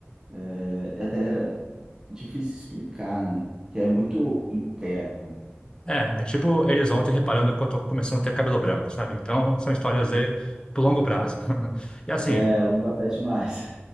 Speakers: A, on the right (about 15°); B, on the left (about 20°).
A: é é até difícil explicar, né? Que é muito interno.
B: É, é tipo eles ontem reparando que eu tô começando a ter cabelo branco, sabe? Então, são histórias aí pro longo prazo. <laughs> E assim,
A: É longo até demais.